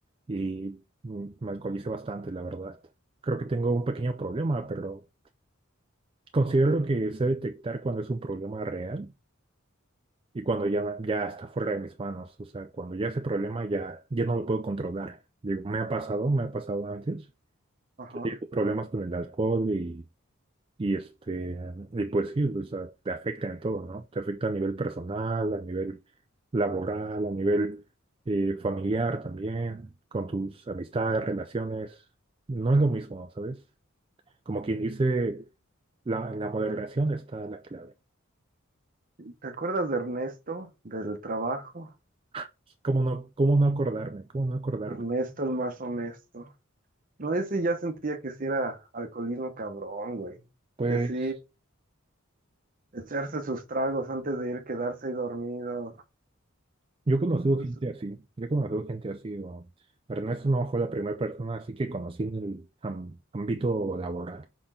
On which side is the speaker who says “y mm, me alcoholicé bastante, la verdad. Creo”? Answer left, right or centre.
Right